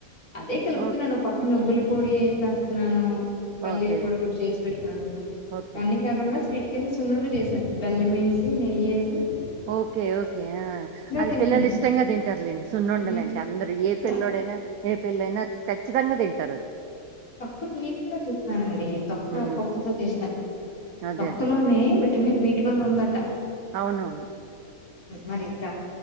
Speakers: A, on the left (about 80°); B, on the right (about 75°).
A: అదే కలుపుతున్నాను
B: ఓకే
A: ఒక పక్కన నువ్వులు పొడి వేసేస్తున్నాను పల్లీలు
B: ఓకే
A: పొడి కూడ చేసి పెట్టుకున్న
B: ఓకే
A: ఇవన్ని కాకుండా స్వీట్ కింద సున్నుండు చేసాను బెల్లం వేసి నెయ్యేసి
B: ఓకే ఓకే ఆ అది
A: తింటున్నాడు
B: పిల్లలు ఇష్టంగా తింటార్లేండి సున్నుండలు
A: ఉమ్,
B: అంటే అందరుూ ఏ పిల్ల్లోడైనా
A: తక్కువ
B: ఏ పిళ్ల్లైన ఖచ్చితంగా తింటారు అ
A: తొక్కు తీయకుండా చూస్తానండి తొక్క్క
B: హ్మ్.
A: పొట్టుతో చేశాను
B: అదే.
A: తొక్కులోనే
B: అదే.
A: విటమిన్ బీ ట్వల్ ఉందం
B: అవునవున్
A: మరి త